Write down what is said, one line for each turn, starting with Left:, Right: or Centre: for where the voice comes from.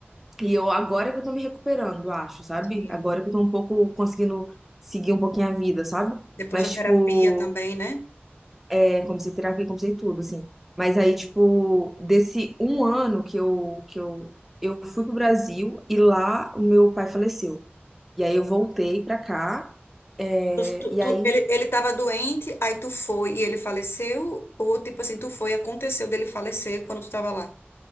Centre: e eu agora que eu tô me recuperando, acho, sabe?
Left: Sim.
Centre: Agora que eu tô um pouco conseguindo seguir um pouquinho a vida, sabe?
Left: Depois
Centre: Mas,
Left: da
Centre: tipo,
Left: terapia também, né?
Centre: é, comecei terapia, comecei tudo, assim. Mas aí, tipo, desse um ano que eu, que eu, eu fui pro Brasil e lá o meu pai faleceu. E aí eu voltei pra cá. É,
Left: Tu, tu,
Centre: e
Left: tu-
Centre: aí
Left: ele, ele tava doente, aí tu foi e ele faleceu? Ou tipo assim, tu foi e aconteceu dele falecer quando tu tava lá?